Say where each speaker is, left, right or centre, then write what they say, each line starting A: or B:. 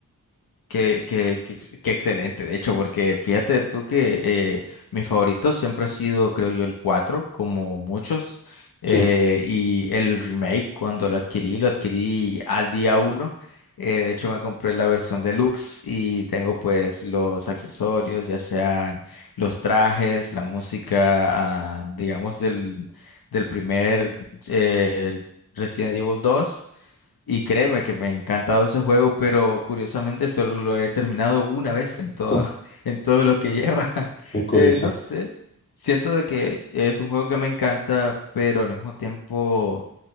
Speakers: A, on the left; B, on the left.
A: Qué, qué- qué ex- qué excelente, de hecho, porque fíjate tú que eh, mi favorito siempre ha sido, creo yo, el 4 como muchos. eh,
B: Sí,
A: y el remake, cuando lo adquirí, lo adquirí al día 1. de hecho, me compré la versión deluxe y tengo pues los accesorios, ya sean los trajes, la música, ah, digamos, del, del primer eh, Resident Evil dos Y créeme que me ha encantado ese juego, pero curiosamente solo lo he terminado una vez en todo,
B: <laughs>
A: <laughs> en todo lo que lleva. <laughs>
B: qué curioso.
A: Eh, no sé, siento de que es un juego que me encanta, pero al mismo tiempo